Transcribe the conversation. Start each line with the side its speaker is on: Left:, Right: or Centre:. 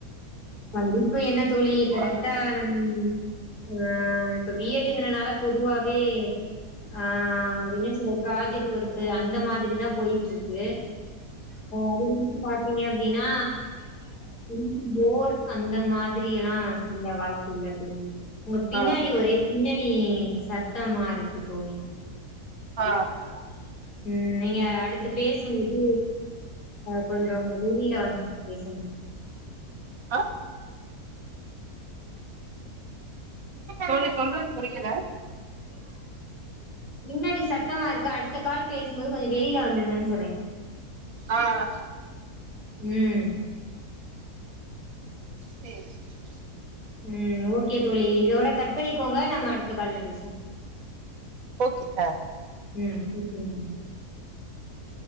Left: படிப்பு என்ன தோழி கரெக்டா
Right: ஆ
Left: நம் ஆ இப்ப பி எட் பி ஏடு ங்கறதுனால பொதுவாவே ஆ என்ன சொல்றது ப்ராஜெட் ஒர்க்கு அந்த மாதிரி தா போய்ட்ருக்கு அதுனு பாத்தீங்க அப்டீன்னா <inaudible> போர் அந்த மாதிரிலா செய்ய வாய்ப்பில்ல தோழி உங்க பின்னாடி
Right: ஆ
Left: ஒரே பின்ன பி சத் தமா இருக்கு தோழி
Right: ஆ ஆ
Left: ம் நீங்க அடுத்து பேசும்போது கொஞ்சோ வெளில வந்து பேசுங்க
Right: ஆ தோழி சொல்றது புரியுல
Left: பின்னாடி சத்தமா இருக்கு அடுத்த கால் பேசும் போது கொஞ்சோ வெளில வந்துருங்கனு சொன்னே
Right: ஆ ஆ
Left: ம்
Right: செரி செரி
Left: ம் ஓகே தோழி இதோட கட் பண்ணிக்கோங்க நம்ம அடுத்த கால்ல பேசுவோம்
Right: ஓகே ஆ
Left: ம் <unintelligible>